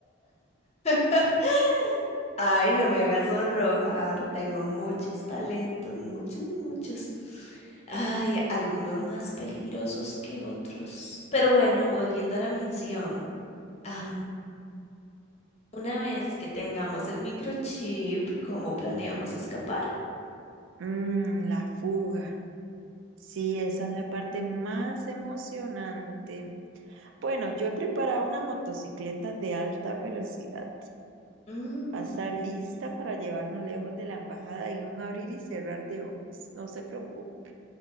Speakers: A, on the left; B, on the right.
A: <laughs> Ay, no me hagas sonrojar. Tengo muchos talentos, muchos, muchos. Ay, algunos más peligrosos que otros. Pero bueno, volviendo a la misión. Am, una vez que tengamos el microchip, ¿cómo planeamos escapar?
B: Mm, la fuga. Sí, esa es la parte más emocionante. Bueno, yo he preparado una motocicleta de alta velocidad.
A: Mm,
B: Pasa lista para llevarnos lejos de la embajada en un abrir y cerrar de ojos. No se preocupe,